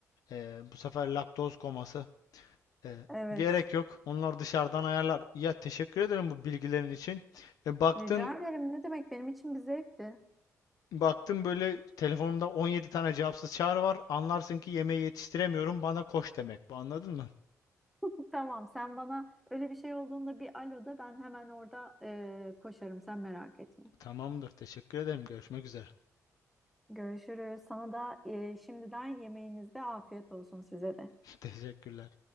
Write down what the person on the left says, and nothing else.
e, bu sefer laktoz koması e,
gerek yok onlar dışarıdan ayarlar ya teşekkür ederim bu bilgilerin için e, baktın
baktım böyle telefonumda 17 tane cevapsız çağrı var anlarsın ki yemeği yetiştiremiyorum bana koş demek bu anladın mı?
Tamamdır. Teşekkür ederim. Görüşmek üzere.
<laughs> Teşekkürler.